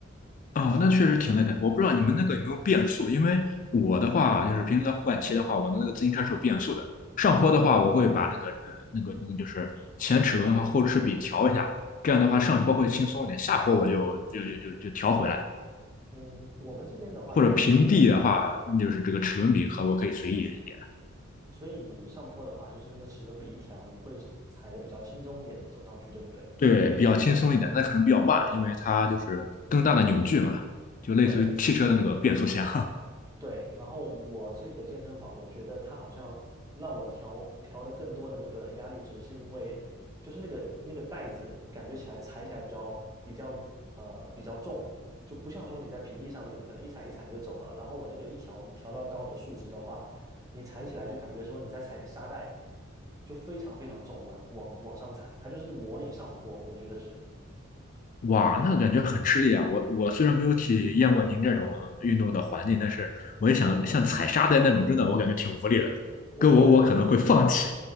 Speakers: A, on the left; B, on the right.
A: 哦，那确实挺累的。我不知道你们那个有没有变速，因为我的话就是平时在户外骑的话，我的那个自行车是有变速的。上坡的话，我会把那个呃那个那个就是前齿轮和后齿比调一下，这样的话上坡会轻松一点，下坡我就就就就就调回来。
B: 嗯，我们这边的话，
A: 或者平地的话，
B: 它嗯，
A: 就是这个齿轮比和我可以随意一点，
B: 所以你上坡的话，就是那个齿轮比一条，你会踩的比较轻松一点走上去，对不对？
A: 对，比较轻松一点，但可能比较慢，因为它就是更大的扭矩嘛，就类似于汽车的那个变速箱。
B: 对，对，然后我这个健身房，我觉得它好像让我调调的更多的那个压力值，是因为就是那个那个袋子感觉起来踩起来比较比较呃比较重，就不像说你在平地上面，你可能一踩一踩你就走了。然后我那个一调调到高的数值的话，你踩起来就感觉说你在踩沙袋，就非常非常重，往往往上踩，它就是模拟上坡，我觉得是，
A: 哇，那感觉很吃力啊！我我虽然没有体验过您这种运动的环境，但是我也想像踩沙袋那种，真的我感觉挺无力的。
B: 我觉得。
A: 跟我我可能会放弃。